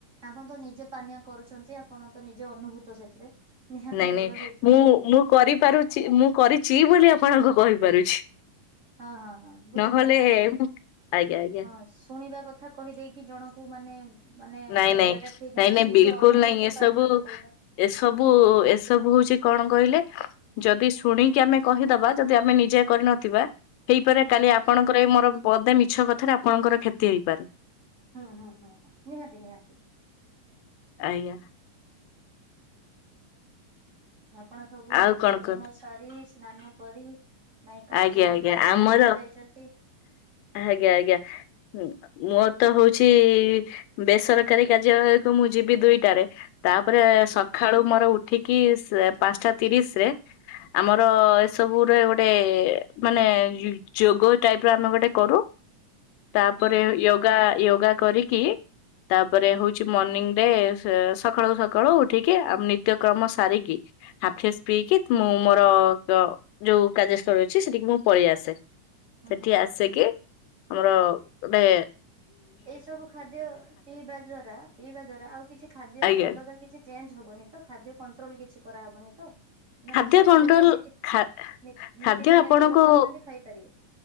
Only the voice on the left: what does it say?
ନାଇଁ
ନାଇଁ
ମୁଁ ମୁଁ କରିପାରୁଛି ମୁଁ କରିଛି ବୋଲି ଆପଣଙ୍କୁ କହିପାରୁଛି।
ନହେଲେ
ଆଜ୍ଞା ଆଜ୍ଞା।
ନାଇଁ
ନାଇଁ
ନାଇଁ
ନାଇଁ
ବିଲକୁଲ
ନାଇଁ ଏସବୁ
ଏସବୁ ଏସବୁ ହଉଛି କଣ କହିଲେ ଯଦି ଶୁଣିକି ଆମେ କହିଦବା ଯଦି ଆମେ ନିଜେ କରିନଥିବା ହେଇପାରେ
କାଲି ଆପଣଙ୍କର ଏଇ ମୋର ପଦେ ମିଛ କଥାରେ ଆପଣଙ୍କର କ୍ଷତି ହେଇପାରେ।
ଆଜ୍ଞା।
ଆଉ
କଣ
କୁହନ୍ତୁ
ଆଜ୍ଞା ଆଜ୍ଞା
ଆମର
ଆଜ୍ଞା, ଆଜ୍ଞା ଉଁ, ମୋ ତ ହଉଛି ବେସରକାରୀ କାର୍ଯ୍ୟାଳୟକୁ ମୁଁ ଯିବି ଦୁଇଟାରେ। ତାପରେ
ସ ଖାଳୁ ମୋର ଉଠିକି ସେ ପାନ୍ସଟା ତିରିଶ ରେ ଆମର ଏସବୁରେ ଗୋଟ ଟେ ମାନେ ଯୋଗ ଟାଇପ୍ ର ଆମେ ଗୋଟେ କରୁ। ତାପରେ
ୟୋଗା ୟୋଗା କରିକି ତାପରେ ହଉଛି ମର୍ନିଂ ରେ ସେ ସକାଳୁ ସକାଳୁ ଉଠିକି ଆମ ନିତ୍ୟକ୍ରମ ସାରିକି। ହାଫିସ୍ ପିଇକି ମୁଁ ମୋର ଅ, ଯୋଉ କାର୍ଯ୍ୟସ୍ଥଳୀ ଅଛି ସେଠିକି ମୁଁ ପଳେଇ ଆସେ।
ସେଠି
ଆସିକି ଆମର ଡେ
ଆଜ୍ଞା
ଖାଦ୍ୟ
କଣ୍ଟ୍ରୋଲ
ଖା
ଖାଦ୍ୟ ଆପଣଙ୍କୁ